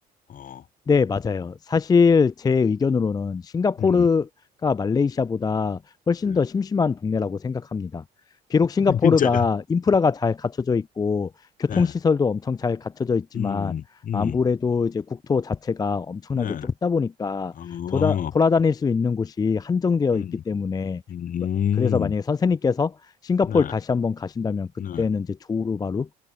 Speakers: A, on the left; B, on the left.
A: 어,
B: 네, 맞아요. 사실 제 의견으로는 싱가포르가
A: 음,
B: 말레이시아보다 훨씬
A: 네.
B: 더 심심한 동네라고 생각합니다. 비록
A: <laughs>
B: 싱가포르가
A: 진짜요?
B: 인프라가 잘 갖춰져 있고 교통시설도
A: 네.
B: 엄청 잘 갖춰져 있지만
A: 음, 음,
B: 아무래도 이제 국토 자체가 엄청나게
A: 네.
B: 좁다 보니까
A: 어,
B: 돌아, 돌아다닐 수 있는 곳이 한정되어
A: 음,
B: 있기 때문에
A: 음,
B: 뭐, 그래서 만약에 선생님께서 싱가포르
A: 네,
B: 다시 한번 가신다면 그때는
A: 네,
B: 이제 조우루바루